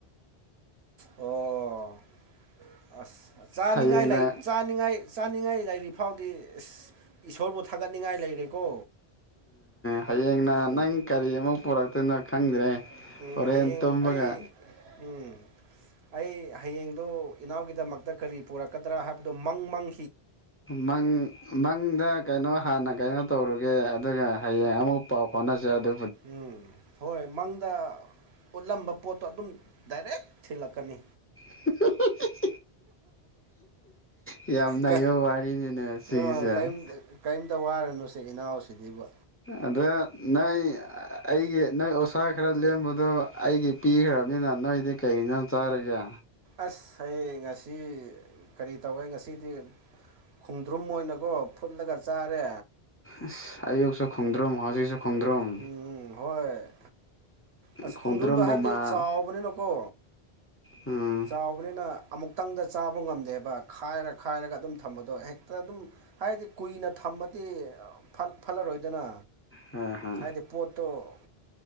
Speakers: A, on the right (about 75°); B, on the left (about 15°).
A: ꯑꯣ ꯑꯁ ꯆꯥꯅꯤꯡꯉꯥꯏ
B: ꯍꯌꯦꯡꯅ
A: ꯆꯥꯅꯤꯡꯉꯥꯏ ꯆꯥꯅꯤꯡꯉꯥꯏ ꯂꯩꯔꯤ ꯐꯥꯎꯗꯤꯁ ꯏꯁꯣꯔꯕꯨ ꯊꯥꯒꯠꯅꯤꯡꯉꯥꯏ ꯂꯩꯔꯦꯀꯣ
B: ꯍꯌꯦꯡꯅ
A: ꯎꯝ
B: ꯅꯪ ꯀꯔꯤ ꯑꯃꯨ ꯄꯨꯔꯛꯇꯣꯏꯅꯣ ꯈꯪꯗ꯭ꯔꯦ
A: ꯎꯝ
B: ꯑꯣꯣꯔꯦꯦꯟꯟ
A: ꯍꯌꯦꯡ
B: ꯇꯝꯕꯒ
A: ꯑꯩ ꯎꯝ ꯑꯩ ꯍꯌꯦꯡꯗꯨ ꯏꯅꯥꯎꯒꯤꯗꯃꯛꯇ ꯀꯔꯤ ꯄꯨꯔꯛꯀꯗ꯭ꯔꯥ ꯍꯥꯏꯕꯗꯨ ꯃꯪ ꯃꯪ
B: ꯃꯪ ꯃꯪꯗ ꯀꯩꯅꯣ ꯍꯥꯟꯅ ꯀꯩꯅꯣ ꯇꯧꯔꯨꯒꯦ ꯑꯗꯨꯒ ꯍꯌꯦꯡ ꯑꯃꯨꯛ ꯄꯥꯎ ꯐꯥꯎꯅꯁꯦ ꯑꯗꯨ
A: ꯎꯝ ꯍꯣꯏ ꯃꯪꯗ ꯎꯠꯂꯝꯕ ꯄꯣꯠꯇꯣ ꯑꯗꯨꯝ ꯗꯥꯏꯔꯦꯛ ꯊꯤꯜꯂꯛꯀꯅꯤ
B: <unintelligible> ꯌꯥꯝ ꯅꯩꯕ
A: ꯀ
B: ꯋꯥꯔꯤꯅꯤꯅꯦ ꯁꯤꯒꯤꯁꯦ
A: ꯑꯥ ꯀ ꯀꯔꯤꯝꯇ ꯋꯥꯔꯅꯨ ꯁꯤ ꯏꯅꯥꯎꯁꯤꯗꯤꯕꯨ
B: ꯑꯗ ꯅꯣꯏ ꯑꯩꯒꯤ ꯅꯣꯏ ꯑꯣꯁꯥ ꯈꯔ ꯂꯦꯝꯕꯗꯣ ꯑꯩꯗꯤ ꯄꯤꯈ꯭ꯔꯕꯅꯤꯅ ꯅꯣꯏꯗꯤ ꯀꯩ ꯅ ꯆꯥꯔꯒꯦ
A: ꯑꯁ ꯑꯩ ꯉꯁꯤ ꯀꯔꯤ ꯇꯧꯋꯦ ꯉꯁꯤꯗꯤ ꯈꯣꯡꯗ꯭ꯔꯨꯝ ꯑꯣꯏꯅꯀꯣ ꯐꯨꯠꯂꯒ ꯆꯥꯔꯦ
B: ꯑꯁ ꯑꯌꯨꯛꯁꯨ ꯈꯣꯡꯗ꯭ꯔꯨꯝꯝ ꯍꯧꯖꯤꯛꯁꯨ ꯈꯣꯡꯗ꯭ꯔꯣꯝ
A: ꯎꯝ ꯍꯣꯏ ꯑꯁ
B: ꯈꯣꯡꯗ꯭ꯔꯨꯝꯕꯨ
A: ꯈꯣꯡꯖꯣꯝꯗꯣ ꯍꯥꯏꯕꯗꯤ
B: ꯃꯥ
A: ꯆꯥꯎꯕꯅꯤꯅꯀꯣ
B: ꯎꯝ
A: ꯍꯥꯎꯕꯅꯤꯅ ꯑꯃꯨꯛꯇꯪꯗ ꯆꯥꯕ ꯉꯝꯗꯦꯕ ꯈꯥꯏꯔ ꯈꯥꯏꯔꯒ ꯑꯗꯨꯝ ꯊꯝꯕꯗꯣ ꯍꯦꯛꯇ ꯑꯗꯨꯝ ꯍꯥꯏꯗꯤ ꯀꯨꯏꯅ ꯊꯝꯃꯗꯤ ꯐꯠꯂꯔꯣꯏꯗꯅ
B: ꯑ ꯍ
A: ꯍꯥꯏꯗꯤ ꯄꯣꯠꯇꯣ